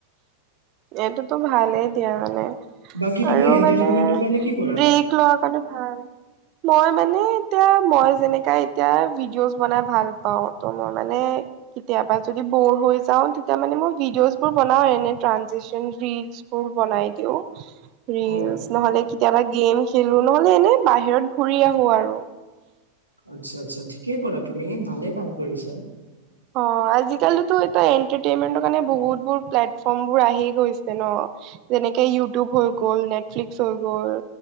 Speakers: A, on the right; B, on the right.
A: এইটোতো ভালেই দিয়া মানে
B: বাকী তুমি
A: আৰু
B: এন্টাৰটেইনমেন্টৰ
A: মানে
B: কাৰণে কি কৰা
A: ব্ৰেক লোৱাৰ কাৰণে ভাল। মই মানে এতিয়া মই- যেনেকা এতিয়া ভিডিঅ'ছ বনাই ভাল পাওঁ ত' মই মানে কেতিয়াবা যদি বৰ হৈ- যাওঁ তেতিয়া মানে মই ভিডিঅ'ছ বোৰ বনাওঁ এনে ট্ৰানজেচন ৰিলচ বোৰ বনাই দিওঁ। ৰিলচ
B: অ
A: নহ'লে কেতিয়াবা- গেম খেলো নহলে এনে বাহিৰত ঘূৰি আহো আৰু
B: আচ্ছা আচ্ছা ঠিকে কৰা তুমি ভালে কাম কৰিছা।
A: অ আজিকালিটো এটা এন্টাৰটেইনমেন্টৰ কাৰণে বহুত বোৰ প্লেটফৰ্ম বোৰ আহি গৈছে ন। যেনেকে ইউটিউব হৈ গ'ল নেটফ্লিক্স হৈ গ'ল ল